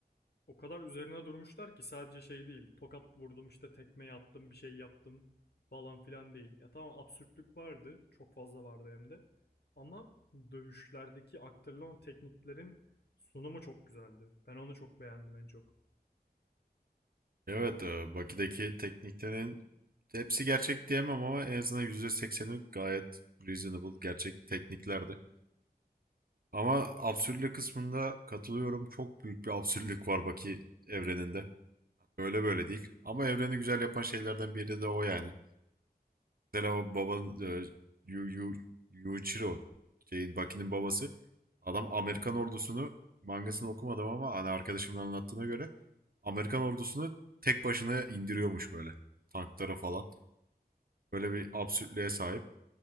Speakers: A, on the left; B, on the right.
A: o kadar üzerine durmuşlar ki sadece şey değil. Tokat vurdum işte tekmeyi attım bir şey yaptım falan filan değil. Ya tamam absürtlük vardı. Çok fazla vardı hem de. Ama dövüşlerdeki aktarılan tekniklerin sunumu çok güzeldi. Ben onu çok beğendim en çok.
B: Evet, e, Baki'deki tekniklerin hepsi gerçek diyemem ama en azından %80'i gayet reasonable, gerçek tekniklerdi. Ama absürtlük kısmında katılıyorum. Çok büyük bir absürtlük var Baki evreninde. Öyle böyle değil. Ama evreni güzel yapan şeylerden biri de o yani. Mesela o babanın e, Yu, Yu, Yuichiro şeyin Baki'nin babası adam Amerikan ordusunu mangasını okumadım ama hani arkadaşımın anlattığına göre Amerikan ordusunu tek başına indiriyormuş böyle tanklara falan. Böyle bir absürtlüğe sahip.